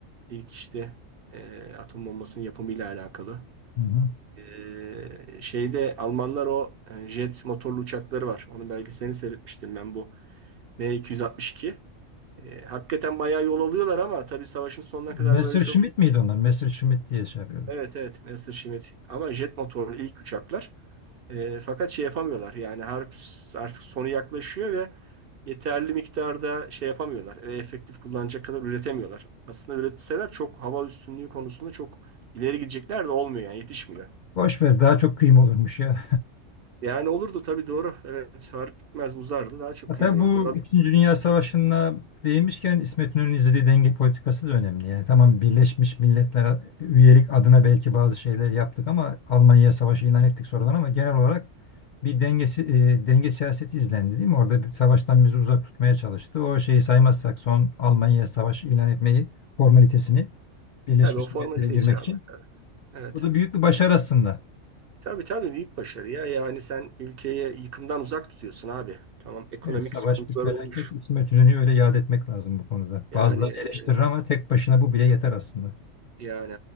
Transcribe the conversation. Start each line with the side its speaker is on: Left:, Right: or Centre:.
Right: İlk işte e, atom bombasının yapımıyla alakalı.
Left: Hı hı.
Right: Ee, şeyde Almanlar o e, jet motorlu uçakları var. Onun belgeselini seyretmiştim ben bu M262. Ee, hakikaten bayağı yol alıyorlar ama tabii savaşın sonuna kadar
Left: Messerschmitt
Right: böyle çok
Left: miydi onlar? Messerschmitt diye şey yapıyordu.
Right: evet evet Messerschmitt ama jet motorlu ilk uçaklar. Ee, fakat şey yapamıyorlar yani harp artık sonu yaklaşıyor ve yeterli miktarda şey yapamıyorlar. e, Efektif kullanacak kadar üretemiyorlar. Aslında üretseler çok hava üstünlüğü konusunda çok ileri gidecekler de olmuyor yani yetişmiyor.
Left: Boş ver daha çok kıyım olurmuş ya.
Right: Yani olurdu tabii doğru. Evet harp bitmez uzardı daha çok
Left: Hatta
Right: kıyım olurdu.
Left: bu
Right: Rad-
Left: İkinci Dünya Savaşı'na değinmişken İsmet İnönü'nün izlediği denge politikası da önemli. Yani tamam Birleşmiş Milletler üyelik adına belki bazı şeyler yaptık ama Almanya'ya savaşı ilan ettik sonradan ama genel olarak bir dengesi, e, denge siyaseti izlendi değil mi? Orada bir savaştan bizi uzak tutmaya çalıştı. O şeyi saymazsak son Almanya'ya Savaşı ilan etmeyi formalitesini Birleşmiş
Right: Tabii o formalite
Left: Milletler'e girmek
Right: icabı.
Left: için.
Right: Evet.
Left: O da büyük bir başarı aslında.
Right: Tabii tabii büyük başarı ya. Yani sen ülkeyi yıkımdan uzak tutuyorsun abi. Tamam ekonomik
Left: Evet, savaş
Right: sıkıntılar
Left: bir felaket.
Right: olmuş.
Left: İsmet İnönü'yü öyle yad etmek lazım bu konuda.
Right: Yani
Left: Bazıları eleştirir ama tek başına bu bile yeter aslında.
Right: yani